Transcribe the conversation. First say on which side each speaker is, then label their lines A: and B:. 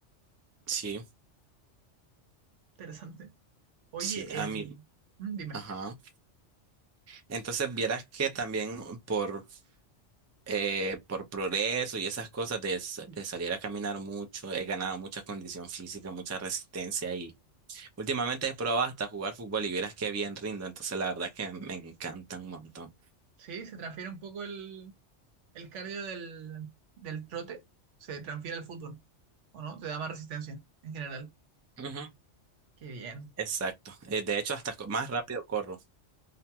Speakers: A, on the right; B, on the right.
A: Sí,
B: Interesante. Oye,
A: sí, a
B: em,
A: mí.
B: mm, dime,
A: Ajá. Entonces vieras que también por, eh, por progreso y esas cosas de, s- de salir a caminar mucho, he ganado mucha condición física, mucha resistencia y Últimamente he probado hasta jugar fútbol y vieras qué bien rindo, entonces la verdad que me encanta un montón.
B: ¿sí? ¿Se transfiere un poco el, el cardio del, del trote? ¿Se transfiere al fútbol? ¿O no? ¿Te da más resistencia en general?
A: Ujú,
B: Qué bien.
A: Exacto. Eh, de hecho, hasta co- más rápido corro.